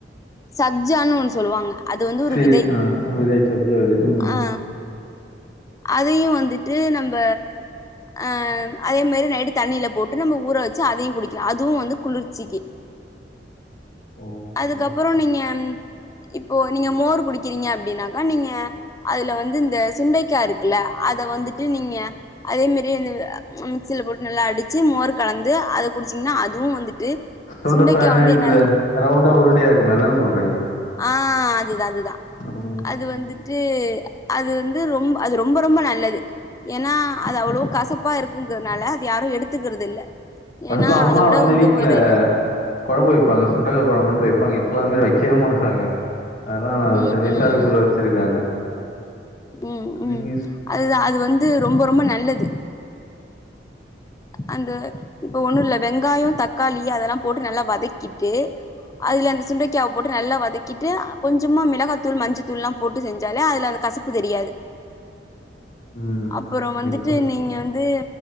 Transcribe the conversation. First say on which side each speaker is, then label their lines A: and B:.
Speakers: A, on the left (about 20°); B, on the left (about 45°).
A: சப்ஜான்னு ஒன்னு சொல்லுவாங்க அது வந்து ஒரு
B: சீட்
A: விதை
B: ஆ விதை சப்ஜா விதை ம்
A: ஆ அதையு வந்துட்டு நம்ப அ அதே மேரி நைட்டு தண்ணியில போட்டு நம்ப ஊற வெச்சு அதையு குடிக்கலா அதுவு வந்து குளிர்ச்சிக்கி
B: ஓகே
A: அதுக்கப்புறோ நீங்க இப்போ நீங்க மோர் குடிக்கிறீங்க அப்படின்னாக்கா நீங்க அதுல வந்து இந்த சுண்டைக் க்காய் இருக்குல்ல அத வந்துட்டு நீங்க அதே மேரி அந்த மிக்சியில போட்டு நல்லா அடிச்சு மோர் கலந்து அத குடிச்சீங்ன்னா அதுவு வந்துட்டு
B: சுண்டக்காய்னா
A: சுண்டைக்கா வந்து
B: இந்த
A: என்ன
B: ரவுண்டா உருண்டையா இருக்கும அதான சொல்றீங்க
A: ஆ அதுதா அதுதா
B: ம்
A: அது வந்துட் டு அது வந்து ரொம்ப அது ரொம்ப ரொம்ப நல்லது ஏன்னா அது அவ்ளோ கசப்பா இருக்குங்கதுனால அது யாரு எடுத்துக்குறது இல்ல
B: ஃபஸ்ட்லா
A: ஏன்னா
B: அம்மா
A: அதோட
B: வந்து வீட்ல
A: ஒரு
B: கொழம்பு வைப்பாங்க சுண்டைக்கா கொழம்புன்ட்டு வெப்பங்க இப்பலா அந்த மாரி வைக்கவே மாட்றாங்க அதெல்லா நா
A: ம்
B: சின்ன வயசா
A: ம்
B: இருக்கச் சொல்ல வச்சிருக்காங்க
A: ம் ம்
B: நீங்க ஸ்-
A: அதுதா அது வந்து ரொம்ப ரொம்ப நல்லது அந்த இப்ப ஒண்ணுல்ல வெங்காயோ தக்காளி அதெல்லா போட்டு நல்லா வதக்கிட்டு அதுல அந்த சுண்டக்காவ போட்டு நல்லா வதக்கிட்டு அப் கொஞ்சமா மெளகத்தூள் மஞ்சு தூள்லா போட்டு செஞ்சாலே அதுல அந்த கசப்பு தெரியாது
B: ம்
A: அப்புறோ வந்துட்டு
B: இப்ப
A: நீங்க வந்து